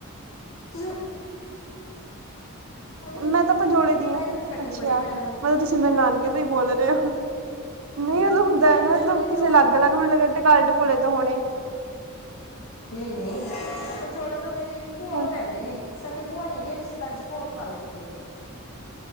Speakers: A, on the left; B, on the right.
A: ਤੁਸੀਂ ਰਸੋਈ ਤੋਂ ਹੀ
B: ਮੈਂ
A: ਆ
B: ਤਾਂ ਪੰਜੋਲੇ ਦੀ
A: ਤਾਂ
B: ਆਂ,
A: ਹੀ ਤਾਂ ਅਸੀਂ ਇਕੱਠੇ
B: ਅੱਛਿਆ
A: ਪੜ੍ਹੇ ਮੈਂ
B: ਮਤਲਬ ਤੁਸੀਂ ਮੇਰੇ ਨਾਨਕੇ ਤੋਂ ਹੀ ਬੋਲ ਰਹੇ
A: ਪੰ
B: ਓਂ। ਨਹੀਂ ਮਤਲਬ ਹੁੰਦਾ
A: ਨਹੀਂ ਪੰਜੋਲੇ
B: ਨਾ, ਮਤਲਬ ਕਿਸੇ
A: ਤੋਂ
B: ਲੱਗ-ਲੱਗ ਮੈਨੂੰ ਲੱਗਾ ਟਕਾਲੇ ਟਕੂਲੇ ਤੋਂ ਹੋਣੇ।
A: ਨਹੀਂ ਨਹੀਂ ਪੰਜੋਲੇ ਤੋਂ ਮੇਰੀ ਵੀ ਭੂਆ
B: ਹਾਂ
A: ਉਹ ਰਹਿੰਦੇ ਨੇ ਸਕੇ ਭੂਆ ਨੇ ਹੈਗੇ ਰਿਸ਼ਤੇਦਾਰ ਚ <unintelligible> ਨੇ ਮੇਰੇ